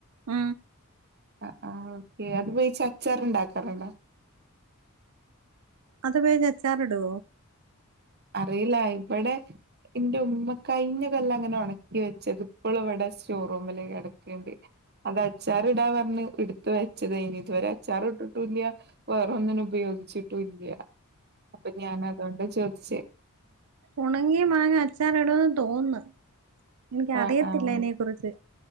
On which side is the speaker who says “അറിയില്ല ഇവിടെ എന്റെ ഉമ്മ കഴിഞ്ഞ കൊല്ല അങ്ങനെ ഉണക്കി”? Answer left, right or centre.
Right